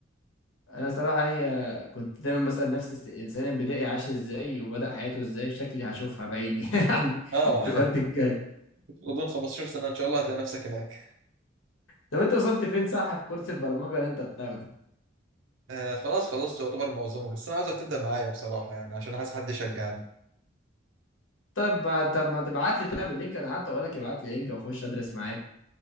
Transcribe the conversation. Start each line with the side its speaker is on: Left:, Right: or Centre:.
Left: انا صراحه يعني آه، كنت دايما بسال نفسي الس- الانسان البدائي عاش ازاي وبدا حياته ازاي شكلي هشوفها بعيني <laughs> يعني
Right: آه
Left: في الوقت الجاي
Right: <laughs> غضون 15 سنة إن شاء الله هتلاقي نفسك هناك
Left: طب انت وصلت فين صح في كورس البرمجه اللي انت بتاخده
Right: آه خلاص خلصت يعتبر معظمه بس انا عاوزك تبدا معايا بصراحه يعني عشان عايز حد يشجعني
Left: طب ما طب ما تبعت لي طيب اللينك انا قعدت اقول لك ابعت لي لينك واخش ادرس معاك